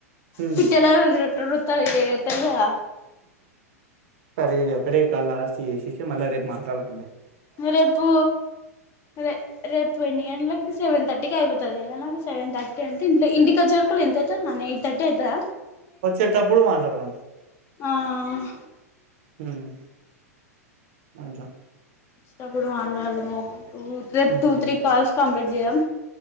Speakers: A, on the right; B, on the left.
A: మ్మ్
B: పిట్టెలొల్లి నాట్ ఓరుతాది ఏ తేల్వధ
A: సరే ఇది ఒకటే కాల్ లాస్ట్ చేషేశి మళ్ళీ రేపు మాట్లాడదంలే
B: రేపు రే రేపు ఎన్నిగంట్లకి సెవెన్ థర్టీ థటీకి అయిపోతదిగా నాకు సెవెన్ థర్టీ అంటే ఇంట్ ఇంటికోచేరికల ఎంతైతది నానా ఎయిట్ థర్టీ అయితాదా
A: వచ్చేటప్పుడు మాట్లాడదాం
B: ఆ
A: మ్మ్ అట్లా
B: వచ్చినపుడు మాట్లాడాదాము రేపు
A: మ్మ్
B: ట్వ త్రి కాల్స్ కంప్లీ ఏం